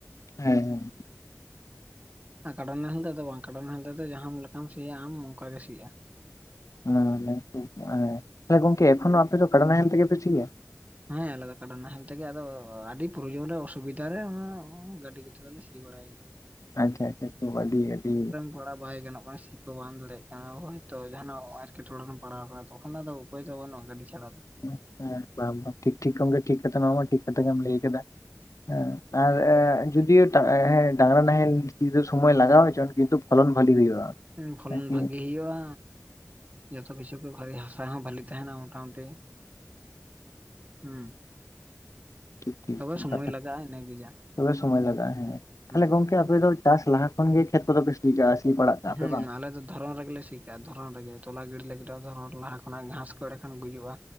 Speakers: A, on the left; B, on the right.
A: ᱦᱮᱸ ᱦᱮᱸ,
B: ᱟ ᱠᱟᱰᱟ ᱱᱟᱦᱮᱞ ᱫᱚ ᱵᱟᱝ ᱠᱟᱰᱟ ᱱᱟᱦᱮᱞ ᱛᱮᱫᱚ ᱡᱟᱦᱟᱸ ᱞᱮᱠᱟᱢ ᱥᱤᱭᱟ ᱟᱢ ᱚᱝᱠᱟ ᱜᱮ ᱥᱤᱜᱼᱟ᱾
A: <inaudible> ᱛᱟᱦᱞᱮ ᱜᱚᱝᱠᱮ ᱮᱠᱷᱚᱱᱳ ᱟᱯᱮ ᱫᱚ ᱠᱟᱰᱟ ᱱᱟᱦᱮᱞ ᱛᱮᱜᱮ ᱯᱮ ᱥᱤᱭᱟ?
B: ᱦᱮᱸ ᱟᱞᱮᱫᱟ ᱠᱟᱰᱟ ᱵᱟᱦᱮᱞ ᱛᱮᱜᱮ ᱟᱫᱚ ᱟᱹᱰᱤ ᱯᱨᱚᱭᱳᱡᱚᱱ ᱨᱮ ᱚᱥᱩᱵᱤᱫᱟ ᱨᱮ <inaudible> ᱜᱟᱹᱰᱤ ᱠᱚᱛᱮ ᱫᱚᱞᱮ ᱥᱤ ᱵᱟᱲᱟᱭᱟ᱾ ᱮᱭᱟ,
A: ᱟᱪᱪᱷᱟ <inaudible> ᱟᱹᱰᱤ ᱟᱹᱰᱤ᱾
B: ᱛᱷᱚᱲᱟ ᱵᱟᱭ ᱜᱟᱱᱚᱜ ᱠᱟᱱᱟ ᱥᱤ ᱠᱚ ᱵᱟᱢ ᱫᱟᱲᱮᱭᱟᱜ ᱠᱟᱱᱟ ᱦᱭᱛᱚ ᱡᱟᱦᱟᱱᱟᱜ ᱟᱨᱠᱮᱴᱚᱟᱨᱮᱢ ᱯᱟᱲᱟᱣ ᱟᱠᱟᱱᱟ ᱛᱚᱠᱷᱚᱱ ᱫᱚ ᱟᱫᱚ ᱩᱯᱟ. ᱭ ᱛᱚ ᱱᱟᱱᱩᱜ-ᱟ ᱜᱟᱹᱰᱤ ᱪᱷᱟᱲᱟ᱾ ᱫᱚ
A: <inaudible> ᱵᱟᱝ ᱵᱟ ᱴᱷᱤᱠ ᱴᱷᱤᱠ ᱴᱷᱤᱠᱚᱢ ᱜᱮ ᱴᱷᱤᱠ <unintelligible> ᱴᱷᱤᱠ ᱠᱟᱛᱷᱟ ᱜᱮᱢ ᱞᱟᱹᱭ ᱠᱟᱫᱟ᱾ ᱮᱸ ᱟᱨ ᱡᱚᱫᱤᱸᱭᱳ ᱴᱟ ᱦᱮᱸ ᱰᱟᱝᱨᱟ ᱱᱟᱦᱮᱞ ᱥᱤᱫᱚ ᱥᱚᱢᱚᱭ ᱞᱟᱜᱟᱣ ᱦᱚᱪᱚᱱ ᱠᱤᱱᱛᱩ, ᱯᱷᱚᱞᱚᱱ ᱵᱷᱟᱞᱤ ᱦᱩᱭᱩᱜᱼᱟ᱾
B: ᱩᱸ ᱯᱷᱚᱞᱚᱱ
A: ᱟᱨᱠᱤ᱾
B: ᱵᱷᱟᱹᱜᱤ
A: ᱦᱮᱸ
B: ᱦᱩᱭᱩᱜᱼᱟ᱾ ᱡᱚᱛᱚ ᱠᱤᱪᱷᱩ ᱜᱮ ᱵᱷᱟᱞᱮ ᱦᱟᱥᱟ ᱦᱚᱸ ᱵᱷᱟᱞᱤ ᱛᱟᱦᱮᱱᱟ ᱢᱚᱴᱟᱢᱩᱴᱤ᱾ ᱦᱩᱸ
A: <inaudible>
B: ᱛᱚᱵᱮ ᱥᱚᱢᱚᱭ ᱞᱟᱜᱟᱜᱼᱟ ᱤᱱᱟᱹᱜᱮ ᱡᱟ
A: ᱛᱟᱦᱞᱮ ᱥᱚᱢᱚᱭ ᱞᱟᱜᱟᱜ-ᱟ ᱦᱮᱸ
B: ᱦᱩᱸ
A: ᱛᱟᱦᱞᱮ ᱜᱚᱝᱠᱮ ᱟᱯᱮ ᱫᱚ ᱪᱟᱥ ᱞᱟᱦᱟ ᱠᱷᱚᱱ ᱜᱮ ᱠᱷᱮᱛ ᱠᱚᱫᱚ ᱞᱮ ᱥᱤ ᱠᱟᱜᱼᱟ ᱥᱤ ᱯᱟᱲᱟᱜ, ᱠᱟᱜᱼᱟ
B: ᱦᱩᱸ
A: ᱯᱮ ᱵᱟᱝ?
B: ᱟᱞᱮ ᱫᱚ ᱫᱷᱚᱨᱚᱱ ᱨᱮᱜᱮᱞᱮ ᱥᱤᱼᱼ ᱠᱟᱜᱼᱟ ᱫᱷᱚᱨᱚᱱ ᱨᱮᱜᱮ ᱛᱚᱞᱟ ᱜᱤᱰᱤ ᱞᱟᱹᱜᱤᱫ ᱦᱚᱸ ᱫᱷᱚᱨᱚᱱ ᱨᱮ ᱞᱟᱦᱟ ᱠᱷᱚᱱᱟᱜ ᱜᱷᱟᱸᱥ ᱠᱚ ᱮᱲᱮᱠᱷᱟᱱ ᱜᱩᱡᱩᱜᱼᱟ᱾